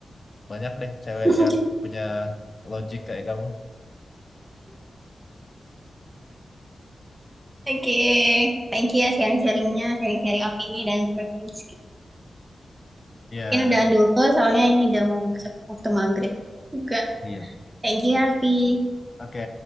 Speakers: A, on the left; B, on the right.
A: banyak deh cewek
B: <laughs>
A: yang punya logik kayak kamu.
B: Oke, Thank you ya sharing-sharingnya, sharing-sharing opini dan preferensi.
A: Iya.
B: Mungkin udahan dulu soalnya ini udah mau masuk waktu maghrib juga.
A: Iya.
B: Thank you, ya, Alfi.
A: Oke.